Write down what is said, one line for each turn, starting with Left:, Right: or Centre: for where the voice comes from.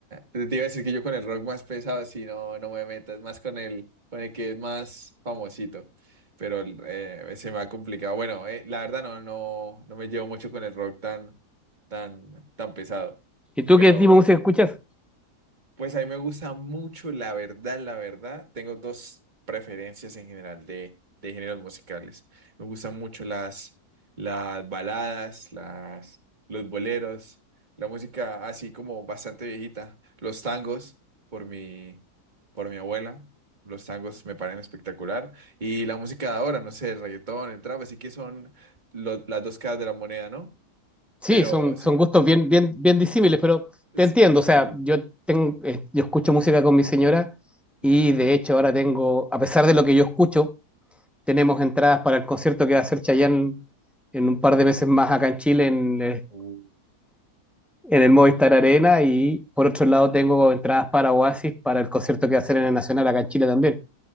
Right: Te iba a decir que yo con el rock más pesado, si no, no me meto, es más con el, con el que es más famosito, pero el, eh, se me ha complicado. Bueno, eh, la verdad no, no, no me llevo mucho con el rock tan, tan, tan pesado,
Centre: ¿Y tú
Right: pero,
Centre: qué tipo de música escuchas?
Right: pues a mí me gusta mucho, la verdad, la verdad. Tengo dos preferencias en general de, de géneros musicales. Me gustan mucho las, las baladas, las, los boleros, la música así como bastante viejita, los tangos por mi, por mi abuela. Los tangos me parecen espectacular. Y la música de ahora, no sé, el reggaetón, el trap, así que son lo- las dos caras de la moneda, ¿no?
Centre: Sí,
Right: Pero
Centre: son,
Right: sí.
Centre: son gustos bien, bien, bien disímiles, pero
Right: es-
Centre: te entiendo. O sea,
Right: Sí, sí.
Centre: yo tengo, eh, yo escucho música con mi señora y
Right: Ujú.
Centre: de hecho ahora tengo, a pesar de lo que yo escucho, tenemos entradas para el concierto que va a hacer Chayanne en un par de meses más acá en Chile en, eh,
Right: Uh,
Centre: en el Movistar Arena y por otro lado tengo entradas para Oasis para el concierto que va a hacer en el Nacional acá en Chile también.